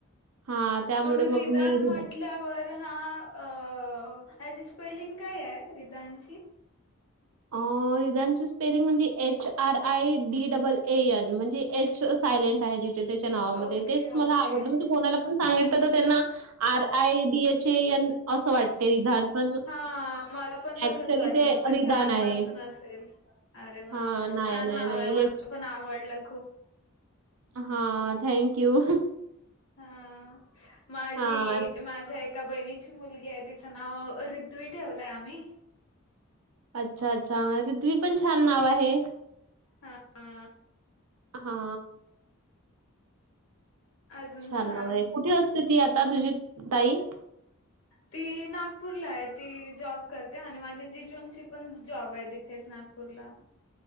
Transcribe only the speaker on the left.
मग रिदान
म्हटल्यावर तर हा अं ह्याची स्पेलिंग कायाय रिदानची
ओके,
ओके.
हा मला पण तसंच
वाटलं
होतं
की आर
पासून असेल, अरे वा,
छान
नावाय,
मला
पण आवडलं खूप
हा माझी
माझ्या एका बहिणीची मुलगी आहे, तिचं नाव रिथ्वी ठेवलय आम्ही
हा हा
अजून
सांग.
ती नागपूरलाय ती जॉब करते आणि माझी जिजुंची पण जॉब आहे तिथ तेच नागपूरला